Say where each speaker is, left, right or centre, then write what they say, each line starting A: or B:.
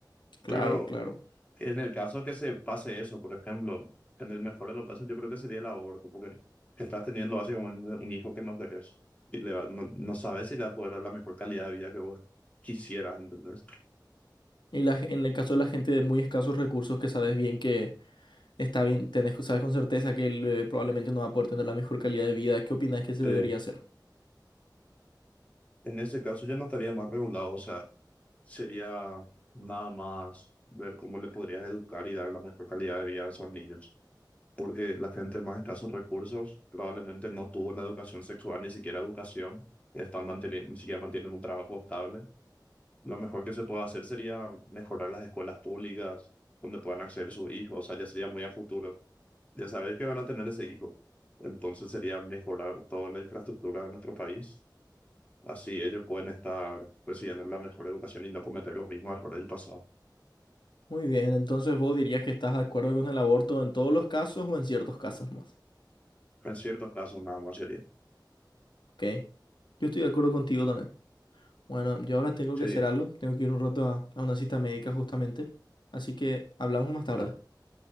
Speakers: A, on the left; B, on the left.
A: Claro,
B: Pero
A: claro.
B: En el caso que se pase eso, por ejemplo, en el mejor de los casos, yo creo que sería el aborto, porque estás teniendo básicamente un hijo que no querés y le va- no, no sabes si le va a poder dar la mejor calidad de vida que vos quisieras, ¿entendés?
A: Y la en el caso de la gente de muy escasos recursos que sabes bien que está bien, tenés, sabes con certeza que el bebé probablemente no va a poder tener la mejor calidad de vida, ¿qué opinas que se
B: Sí.
A: debería hacer?
B: En ese caso ya no estaría más regulado, o sea, sería nada más ver cómo le podrías educar y dar la mejor calidad de vida a esos niños, porque la gente más escasos recursos probablemente no tuvo una educación sexual, ni siquiera educación, están manteniendo, ni siquiera mantienen un trabajo estable Lo mejor que se puede hacer sería mejorar las escuelas públicas donde puedan acceder sus hijos, o sea, ya sería muy a futuro. Ya saber que van a tener ese hijo. Entonces sería mejorar toda la infraestructura de nuestro país. Así ellos pueden estar recibiendo la mejor educación y no cometer los mismos errores del pasado.
A: Muy bien, entonces vos dirías que estás de acuerdo con el aborto en todos los casos o en ciertos casos más.
B: En ciertos casos nada más sería.
A: Ok. Yo estoy de acuerdo contigo también. Bueno, yo ahora tengo
B: Sí,
A: que hacer algo. Tengo que ir un rato a, a una cita médica justamente. Así que hablamos más tarde.
B: bueno,